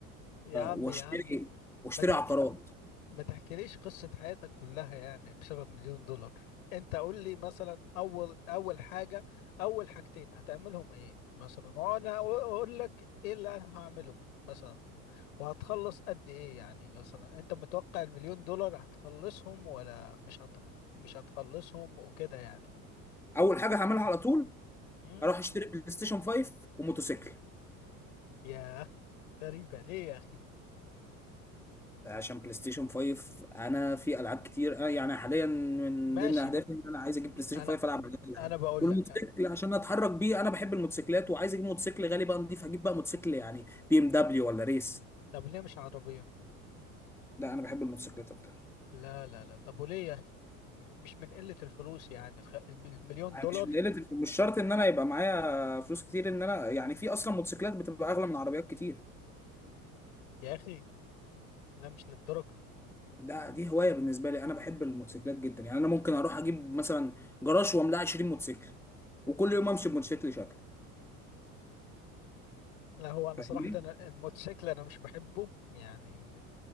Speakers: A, on the left (about 70°); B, in the centre.
A: يا عمي
B: واشتري
A: يا عمي
B: واشتري
A: ما تحك
B: عقارات
A: ما تحكيليش قصة حياتك كلها يعني بسبب مليون دولار انت قول لي مثلا اول اول حاجة اول حاجتين هتعملهم ايه مثلا وانا اقول لك ايه اللي انا هعمله مثلا وهتخلص قد ايه يعني مثلا انت متوقع المليون دولار هتخلصهم ولا مش هت... مش هتخلصهم وكده يعني
B: اول حاجه هعملها على طول
A: امم
B: هروح اشتري بلاي ستيشن 5 وموتوسيكل
A: يا غريبة ليه يا اخي
B: عشان بلاي ستيشن 5 انا في العاب كتير آه، يعني حاليا من
A: ماشي
B: ضمن اهدافي
A: م-
B: ان انا عايز اجيب بلاي ستيشن
A: انا
B: 5 العب عليه العاب
A: انا بقول
B: والموتوسيكل
A: لك
B: عشان اتحرك بيه انا بحب الموتوسيكلات وعايز اجيب موتوسيكل غالي بقى نضيف هجيب بقى موتوسيكل يعني بي ام دبليو ولا ريس
A: طب ليه مش عربية
B: لا انا بحب الموتوسيكلات اكتر
A: لا لا لا طب وليه يا أخي م- مش من قلة الفلوس يعني الخ- المليون
B: ما
A: دولار
B: هي مش من قله الف- مش شرط ان انا يبقى معايا فلوس كتير ان انا يعني في اصلا موتوسيكلات بتبقى اغلى من عربيات كتير
A: يا أخي لا مش للدرجة
B: ده دي هوايه بالنسبه لي انا بحب الموتوسيكلات جدا يعني انا ممكن اروح اجيب مثلا جراج واملاه 20 موتوسيكل وكل يوم امشي بموتوسيكل شكل
A: لا هو أنا
B: فاهمني
A: صراحة أنا الموتوسيكل أنا مش بحبه يعني